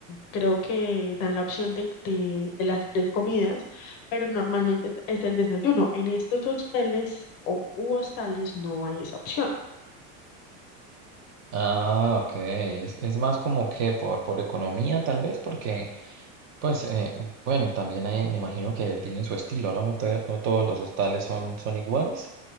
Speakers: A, on the left (about 50°); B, on the right (about 40°).
A: creo que dan la opción de, de, de las tres comidas, pero normalmente es el desayuno. En estos hoteles o u hostales no hay esa opción.
B: Ah, ok. Es, es más como que por, por economía, tal vez, porque Pues eh, bueno, y también hay, me imagino que tienen su estilo, ¿no? No, to- no todos los hostales son, son iguales.